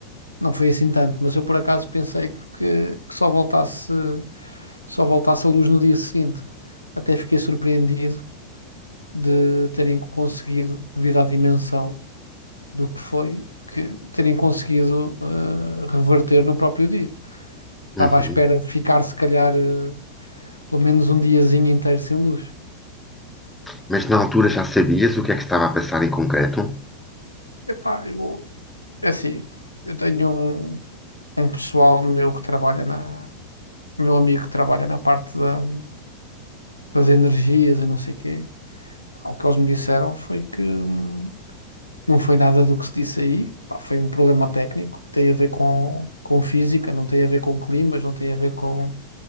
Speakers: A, on the left; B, in the centre.
A: não foi assim tanto. Mas eu por acaso pensei que, que, que só voltasse, só voltasse a luz no dia seguinte. Até fiquei surpreendido de terem conseguido, devido à dimensão. do que foi que terem conseguido eh, reverter no próprio dia. Estava
B: Uhum.
A: à espera de ficar, se calhar, eh, pelo menos um diazinho inteiro sem luz.
B: Mas na altura já sabias o que é que estava a passar em concreto?
A: Epá, eu, é assim, eu tenho um, um pessoal meu que trabalha na, meu amigo que trabalha na parte da- das energias e não sei quê. Pá, O que eles me disseram foi que hum, não foi nada do que se disse aí. Pá, foi um problema técnico, tem a ver com, com física, não tem a ver com climas, não tem a ver com,